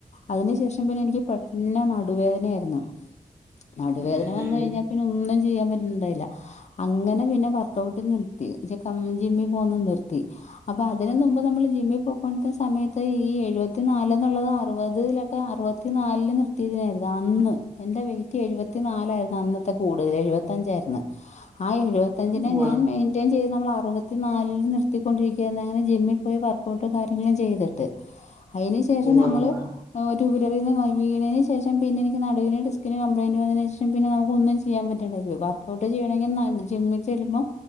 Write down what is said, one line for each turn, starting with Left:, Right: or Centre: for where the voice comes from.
Left: അയിന് ശേഷം പിന്നെ എനിക്ക് പെട്ടന്ന നല്ല നടുവേദനയായിരുന്നു നടുവേദന
Right: ഉം
Left: വന്നഴിഞ്ഞാ.
Right: ഉം
Left: പിന്നെ ഒന്നും ചെയ്യാൻ പറ്റണുണ്ടായില്ല. അങ്ങനെ പിന്നെ വർക്ക്ഔട്ട് നിർത്തി ജിമ്മി പോന്ന നിർത്തി. അപ്പൊ അതിന് മുമ്പ് നമ്മള് ജിമ്മി പോ പ്പോണ്ട സമയത്ത് ഈ എഴുപത്തി നാല് എന്നുള്ളത് അറുപതിലൊക്കെ അറുപത്തിനാലില് നിർത്തിയതായിരുന്നു അന്ന്. എൻ്റെ വെയിറ്റ് എഴുപത്തി നാലായിരുന്നു അന്നത്തെ കൂടുതൽ എഴുപത്തിയഞ്ചായിരുന്നു. ആ എഴുപത്തഞ്ചിനെ
Right: ഉവ്വ
Left: ഞാൻ മെയി ചെയ്തു നമ്മൾ അറുപത്തിനാലില് നിർത്തിക്കൊണ്ടിരിക്കേരുന്നു അങ്ങനെ ജിമ്മി പോയി വർക്ക്ഔട്ടും കാ ര്യങ്ങളും ചെയ്തിട്ട് അയിന് ശേഷം
Right: ഉവ്വ
Left: നമ്മള്.
Right: ഉവ്വ
Left: ആഹ് റ്റു വിലറിന്ന് വ വിണെന്ന് ശേഷം പിന്നെ എനിക്ക് നടുവിന് ഡിസ്കിന് കപ്ലയിന്റ് വന്നതിന് ശേഷം പിന്നെ നമുക്ക് ഒന്നും ചെ ചെയ്യാൻ പറ്റ്ണ്ടായി പോയി വർക്ക്ഔട്ട് ചെയ്യണെങ്കി ജിമ്മി ചെല്ലുമ്പം